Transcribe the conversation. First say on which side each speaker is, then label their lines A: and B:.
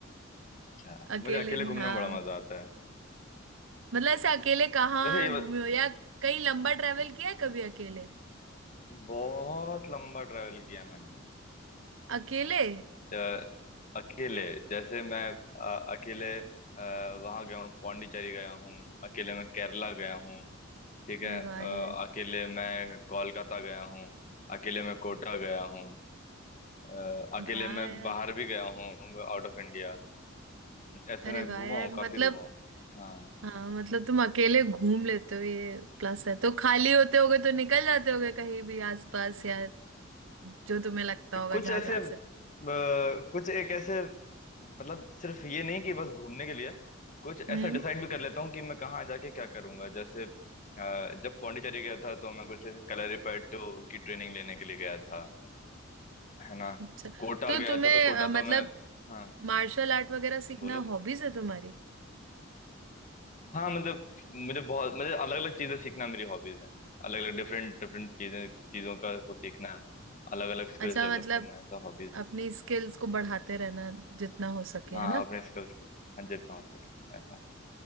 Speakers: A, on the left; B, on the right.
A: अच्छा
B: अकेले
A: मुझे अकेले
B: नहीं
A: घूमने
B: हाँ
A: में बड़ा मजा आता है
B: मतलब ऐसे अकेले कहाँ
A: वैसे ये बत-
B: घूमे हो या कहीं लंबा ट्रेवल किया है कभी अकेले
A: बहुत लंबा ट्रैवल किया मैंने
B: अकेले
A: अ, अकेले जैसे मैं अ, अकेले वहां गया हूँ पौंडीचेरी गया हूँ अकेले मैं केरला गया हूँ ठीक है
B: अरे
A: अ,
B: वाह यार
A: अकेले मैं कोलकाता गया हूँ अकेले मैं कोटा गया हूँ अ, अकेले
B: वाह
A: मैं
B: यार
A: बाहर भी गया हूँ Out of India ऐसे
B: अरे
A: मैं
B: वाह
A: घूमा
B: यार
A: हूँ काफी
B: मतलब
A: घूमा हूँ हाँ।
B: हाँ मतलब तुम अकेले घूम लेते हो ये प्लस है तो खाली होते होगे तो निकल जाते होगे कहीं भी आसपास या जो तुम्हें लगता होगा
A: कुछ
B: जहाँ
A: ऐसे
B: जा
A: अ,
B: सकते
A: कुछ एक ऐसे मतलब सिर्फ ये नहीं कि बस घूमने के लिए कुछ ऐसा
B: हम्म
A: डिसाइड भी कर लेता हूँ कि मैं कहाँ जाके क्या करूंगा जैसे अ, जब पौंडीचेरी गया था तो मैं कुछ कलरीपयट्टू की ट्रेनिंग लेने के लिए गया था है ना
B: अच्छा
A: कोटा
B: तो
A: गया
B: तुम्हें
A: था तो कोटा
B: अ, मतलब
A: तो मैं हाँ
B: मार्शल आर्ट वगैरह सीखना
A: बोलो
B: हॉबीज है तुम्हारी
A: हाँ मतलब मुझे बहुत मुझे अलग अलग चीजें सीखना मेरी हॉबीज है अलग अलग डिफरेंट डिफरेंट चीजें चीजों का को सीखना अलग अलग स्किल्स
B: अच्छा
A: डेवलप
B: मतलब
A: करना ऐसा हॉबीज है
B: अपनी स्किल्स को बढ़ाते रहना जितना हो सके
A: हाँ
B: है ना
A: अपने स्किल्स को हाँ, जितना हो सके ऐसा